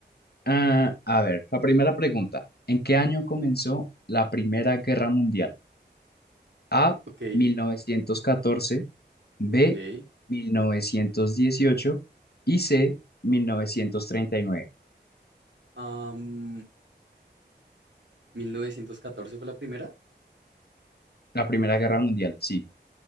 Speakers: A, on the left (about 60°); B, on the right (about 85°).
A: Ah, a ver, la primera pregunta. ¿En qué año comenzó la Primera Guerra Mundial? A,
B: Ok,
A: mil novecientos catorce B,
B: ok.
A: mil novecientos dieciocho y C, mil novecientos treinta y nueve
B: Am, ¿1914 fue la primera?
A: La Primera Guerra Mundial, sí.